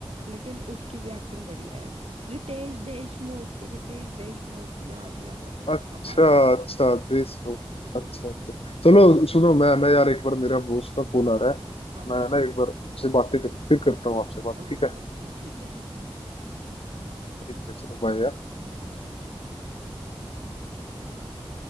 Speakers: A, on the right; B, on the left.
A: लेकिन उसकी भी एक्टिंग बढ़िया है रितेश देशमुख रितेश देशमुख याद नहीं आ रहा था मेरे
B: अच्छा
A: को अब आ गया
B: अच्छा देश को
A: हम्म,
B: अच्छा अच्छा चलो सुनो मैं ना यार एक बार मेरा बॉस का कॉल आ रहा है
A: हाँ हाँ
B: मैं ना एक बार उनसे बातें कर फिर करता हूँ आपसे बात
A: ओके
B: ठीक है
A: ओके ठीक है ठीक है
B: ठीक है चलो बाय यार
A: Bye bye